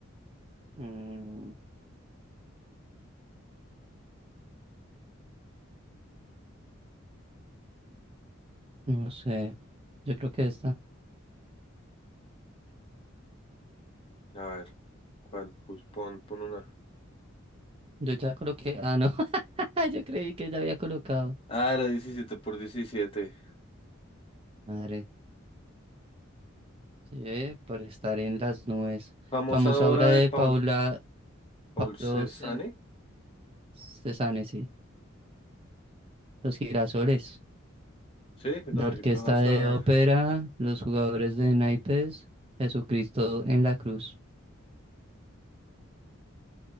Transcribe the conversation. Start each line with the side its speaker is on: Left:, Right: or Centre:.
Right: Mm, no sé. Yo creo que esta.
Left: A ver, ¿cuál? Pues pon, pon una.
Right: Yo ya coloqué. Ah, no. <laughs> Yo creí que ya había colocado.
Left: Ah, era 17 por diecisiete
Right: Madre. Sí, eh, por estar en las nubes.
Left: Famosa
Right: Famosa
Left: obra
Right: obra de
Left: de Paul,
Right: Paula,
Left: Paul
Right: Pablo
Left: Cézanne.
Right: Ce- Cézanne, sí. Los girasoles.
Left: Sí,
Right: La
Left: no,
Right: orquesta
Left: yo qué vas
Right: de
Left: a ver.
Right: ópera, los jugadores de naipes, Jesucristo en la cruz.